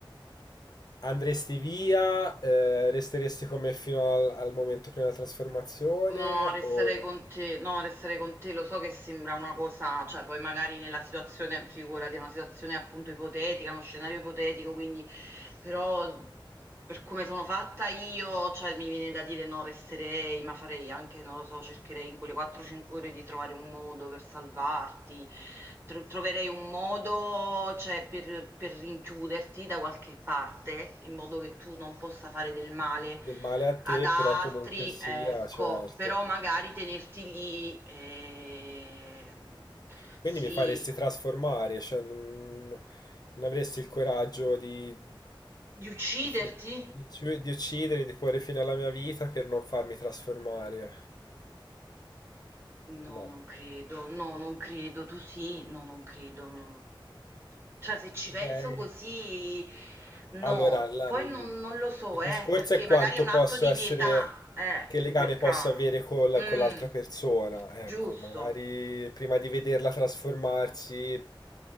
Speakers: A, on the left; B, on the right.
A: Andresti via, eh, resteresti con me fino al, al momento prima della trasformazione
B: No, resterei
A: o
B: con te. No, resterei con te. Lo so che sembra una cosa, cioè poi magari nella situazione, figurati, è una situazione appunto ipotetica, uno scenario ipotetico, quindi però per come sono fatta io, cioè mi viene da dire no, resterei, ma farei anche, non lo so, cercherei in quelle 4-5 ore di trovare un modo per salvarti, Tro- troverei un modo, cioè, per, per rinchiuderti da qualche parte, in modo che tu non possa fare del male
A: del male a te,
B: ad altri,
A: però comunque sia,
B: ecco,
A: certo.
B: però magari tenerti lì, ehm,
A: Quindi
B: sì,
A: mi faresti trasformare, cioè non, non avresti il coraggio di,
B: di ucciderti?
A: di, fi- di ci- di uccidere, di porre fine alla mia vita per non farmi trasformare.
B: No,
A: No.
B: non credo, no, non credo, tu sì, no, non credo, no. Cioè, se ci penso
A: Beh,
B: così, no,
A: allora, la-
B: poi
A: il
B: non, non lo so, eh,
A: discorso
B: perché
A: è quanto
B: magari è un atto
A: posso
B: di
A: essere,
B: pietà, eh,
A: che legame
B: in quel caso.
A: posso avere col-
B: Mm,
A: con l'altra persona.
B: giusto.
A: Ecco, magari prima di vederla trasformarsi,